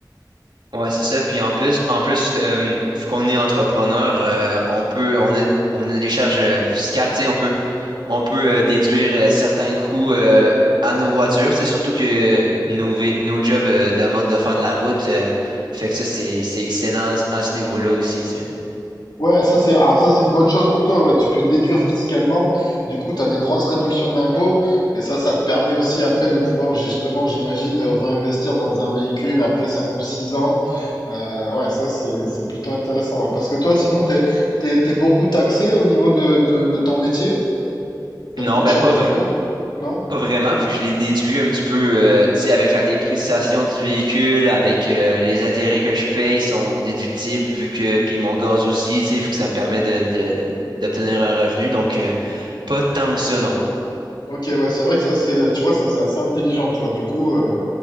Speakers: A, on the right; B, on the left.
A: Ouais, c'est ça. Puis en plus, en plus, euh, vu qu'on est entrepreneur, euh, on peut, on a, on a des charges euh, fiscales, tu sais, on peut, on peut euh, déduire euh, certains coûts euh, à nos voitures. C'est surtout que nos, vé- nos jobs euh, demandent de faire de la route. euh, fait que ça, c'est, c'est excellent à ce niveau-là aussi, tu sais.
B: Ouais, ça c'est ah, ça c'est une bonne chose pour toi. Ouais, tu peux déduire fiscalement. Du coup, tu as des grosses réductions d'impôts et ça ça te permet aussi après de pouvoir justement, j'imagine, euh, réinvestir dans un véhicule après 5 ou 6 ans. Euh, ouais, ça c'est c'est plutôt intéressant. ouais. Parce que toi sinon t'es t'es t'es beaucoup taxé au niveau de de, de ton métier. T'as
A: Non,
B: beaucoup
A: ben
B: de charges
A: pas
B: d'impôts, non?
A: Pas vraiment, vu que je l'ai déduit un petit peu, euh, tu sais, avec la dépréciation du véhicule, avec euh, les intérêts que je paye sont déductibles, vu que, puis mon gaz aussi, tu sais, vu que ça me permet de, de- de- d'obtenir un revenu. Donc, euh, pas tant que ça, non.
B: Ok, ouais, c'est vrai que ça c'est tu vois ça c'est assez intelligent, tu vois. Du coup, euh,